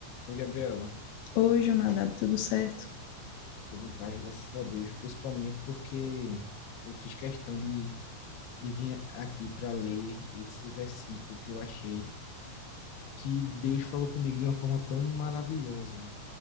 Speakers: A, on the left; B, on the left.
A: Oi, Gabriela.
B: Hoje Oi, Jonadab, tudo certo?
A: Tudo em paz, graças a Deus, principalmente porque eu fiz questão de, de vir aqui para ler esse versículo que eu achei que Deus falou comigo de uma forma tão maravilhosa.